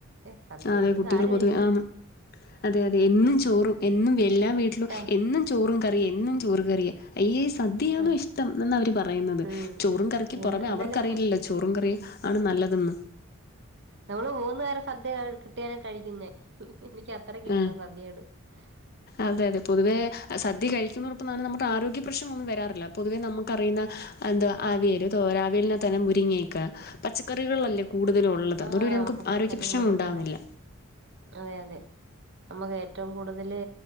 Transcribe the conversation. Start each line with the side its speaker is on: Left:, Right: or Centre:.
Right: ഏഹ് സദ്യയോ
Left: ആഹാ അതെ
Right: ഇതൊക്കെ
Left: കുട്ടികള്
Right: ആര്
Left: പൊതുവെ
Right: കഴിക്കും
Left: ആന്ന് അതെ അതെ എന്നും ചോറും എന്നും എല്ലാം വീട്ടിലും
Right: ആഹ്
Left: എന്നും ചോറും കറിയും എന്നും ചോറ് കറിയാ അയ്യേ സദ്യയാണോ
Right: ആഹ്
Left: ഇഷ്ടം എന്നാ അവര് പറയുന്നത്
Right: ഉം
Left: ചോറും കറക്കി
Right: ഇന്ന്
Left: പൊറമെ
Right: ഇന്നലെ
Left: അവർക്കറിയില്ലല്ലോ ചോറും കറിയും ആണ് നല്ലതെന്ന്
Right: നമ്മള് മൂന്ന് നേരം സദ്യ കിട്ടിയാലും കഴിക്കും ഞാൻ എനിക്ക് അത്രക്ക് ഇഷ്ടവാ
Left: ആഹ്
Right: സദ്യയോട് <inaudible>
Left: അതെ അതെ പൊതുവേ സദ്യ കഴിക്കുന്നോടൊപ്പംതന്നെ നമ്മുക്ക് ആരോഗ്യ പ്രശ്നങ്ങളൊന്നും വരാറില്ല പൊതുവെ നമുക്കറിയുന്ന എന്തൊ അവിയല്, തോരാൻ, അവിയലിനകത്ത് തന്നെ മുരിങ്ങയിക്ക പച്ചക്കറികളല്ലെ കൂ ടുതലുവൊള്ളത്
Right: ആഹ്
Left: അത്കൊണ്ട് നമുക്ക്
Right: പച്ചക്കറികള്
Left: ആരോഗ്യ പ്രശ്നങ്ങള്
Right: കൂടല്ല
Left: ഉണ്ടാവുന്നില്ല
Right: അതെ അതെ നമ്മക്ക് ഏറ്റവും കൂടുതല്